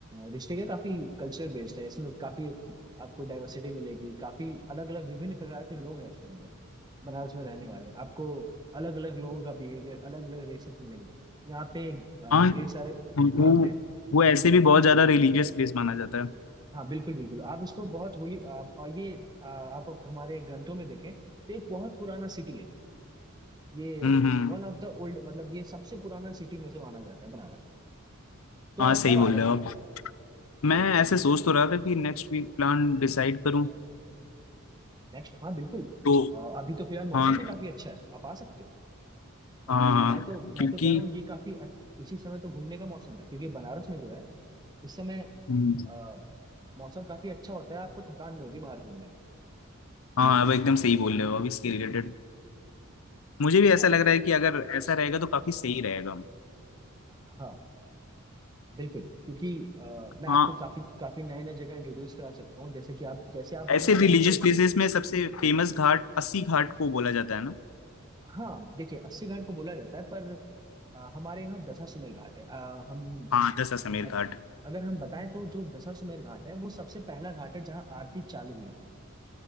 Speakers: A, on the right (about 20°); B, on the left (about 75°).
A: डिस्ट्रिक्ट है काफी कल्चरल बेस्ड है इसमें काफी आपको डाइवर्सिटी मिलेगी काफी अलग अलग विभिन्न प्रकार के लोग हैं इसके अंदर बनारस में रहने वाले आपको अलग अलग लोगों का बिहेवियर अलग अलग रेसेस मिलेंगे यहाँ पे अ,
B: हाँ
A: ढेर सारे
B: वो
A: घाट हैं
B: वो ऐसे भी बहुत ज्यादा रिलीजियस प्लेस माना जाता है
A: हाँ बिल्कुल बिल्कुल आप इसको बहुत होली आप और ये आ, आप हमारे ग्रंथों में देखें तो ये बहुत पुराना सिटी है ये
B: हम्म हम्म
A: वन ऑफ द ओल्ड मतलब ये सबसे पुराना सिटी में से माना जाता है बनारस तो
B: हाँ
A: आप
B: सही
A: कब आ
B: बोल
A: रहे हो
B: रहे हो आप मैं ऐसे सोच तो रहा था कि नेक्स्ट वीक प्लान डिसाइड करूँ
A: नेक्स्ट हाँ बिल्कुल
B: तो
A: आ, अभी तो फिलहाल मौसम
B: हाँ
A: भी काफी अच्छा है आप आ सकते हो और
B: हाँ
A: मैं
B: हाँ
A: तो मैं
B: क्योंकि
A: तो कह रहा हूँ ये काफी अ- इसी समय तो घूमने का मौसम है क्योंकि बनारस में जो है इस समय
B: हम्म,
A: आ, मौसम काफी अच्छा होता है आपको थकान नहीं होगी बाहर घूमने में
B: हाँ अब एकदम सही बोल रहे हो अब इसके रिलेटेड मुझे भी ऐसा
A: हाँ
B: लग रहा है कि अगर ऐसा रहेगा तो काफी सही रहेगा
A: हाँ बिल्कुल क्योंकि अ, मैं
B: हाँ
A: आपको काफी काफी नए नए जगह इंट्रोड्यूस करा सकता हूँ जैसे कि आप जैसे आप मेरे
B: ऐसे
A: को
B: रिलीजियस
A: कैंट से उतरोगे
B: प्लेसेस में सबसे फेमस घाट अस्सी घाट को बोला जाता है ना
A: हाँ देखिए अस्सी घाट को बोला जाता है पर अ, हमारे यहाँ दशाश्वमेध घाट है अ, हम
B: हाँ दशाश्वमेध
A: अ-
B: घाट
A: अगर हम बताएं तो जो दशाश्वमेध घाट है वो सबसे पहला घाट है जहाँ आरती चालू हुई थी